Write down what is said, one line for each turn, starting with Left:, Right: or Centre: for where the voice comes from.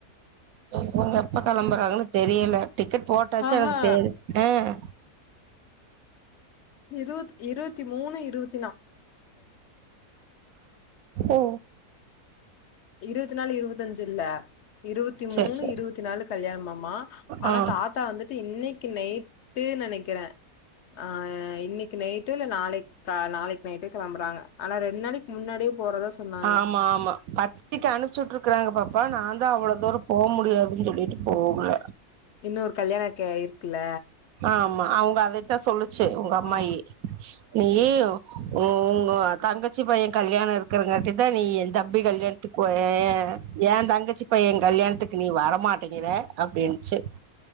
Right: இவுங்க எப்பா கெளம்புறாங்கன்னு தெரியல டிக்கெட் போட்டாச்சு
Left: ஆஹா
Right: எனக்கு தெர் ஆஹ்
Left: இரு இருவத்தி மூணு இருவத்
Right: ஓ
Left: இருவத் நாலு இருவத்தஞ்சு இல்ல இருவத்தி
Right: சரி
Left: மூணு
Right: சரி
Left: இருவத்தி நாலு கல்யாணம்மாமா ஆனா
Right: ஆ
Left: தாத் தா வந்துட்டு இன்னைக்கு நைட்டே நெனைக்கிறே ஆஹ் இன்னிக்கு நைட் டு நாளைக் கா நாளைக்கு நைட்டே கெளம்பறாங்க ஆனா ரெண்டு நாளைக்கு முன்னாடியே போறதா சொன்னாங்க
Right: ஆமா ஆமா பாத் திக்கி அனுப்பிச்சுட்டுருக்கறாங்க பாப்பா நாந்தா அவ்ளோ தூரோ போ முடியாதுன்னு சொல்லிட்டு போகல
Left: இன்னொரு கல்யாணோ கே இருக்குல்ல
Right: ஆமா அவங்க அதைத்தா சொல்லுச்சு உங்க அம்மாயி
Left: ஆ
Right: எய்யய்யோ உ உங்க தங்கச்சி பையன் கல்யாணோ இருக்கறங்காட்டி தா நீ என் தம்பி கல்யாண் க்கோயே என் தங்கச்சிக் பைய கல்யாணத்துக்கு நீ வரமாட்டேங்கிற அப்டின்னுச்சு